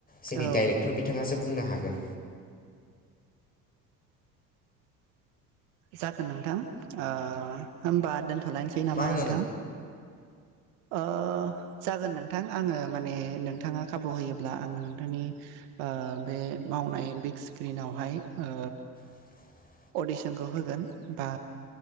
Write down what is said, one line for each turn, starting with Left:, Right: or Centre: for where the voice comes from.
Left: जोंनि
Right: औ
Left: डाइरेक्टर बिथाङासो बुंनो हागोन
Right: जागोन नोंथां ओ होमबा दोनथ' खालामायनोसै नामा
Left: मा होनो
Right: नोंथां ओ जागोन नोंथां आङो माने नोंथाङा खाबु होयोब्ला आङो नोंथांनि ओ बे मावनाय बिग स्क्रिनावहाय ओ
Left: <inaudible>
Right: अडिसनखौ होगोन बा